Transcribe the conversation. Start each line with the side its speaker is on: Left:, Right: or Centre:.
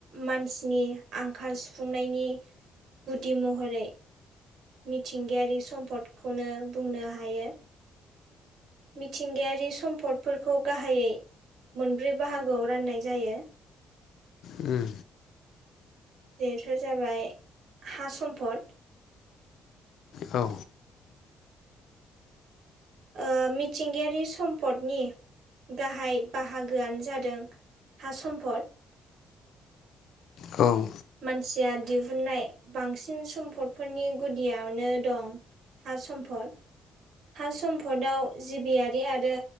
Right: मानसिनि आंखाल सुफुंनायनि गुदि महरै मिथिंगायारि सम्पदखौनो बुंनो हायो। मिथिंगायारि सम्पदफोरखौ गाहायै मोनब्रै बाहागोआव राननाय जायो।
Left: उम
Right: बेथ' जाबाय हा सम्फद।
Left: औ।
Right: ओ मिथिंगायारि सम्पदनि गाहाय बाहागोआनो जादों हा सम्फद।
Left: औ
Right: मानसिया दिहुननाय बांसिन सम्पदफोरनि गुदियावनो दं हा सम्फद। हा सम्पदआव जिबियारि आरो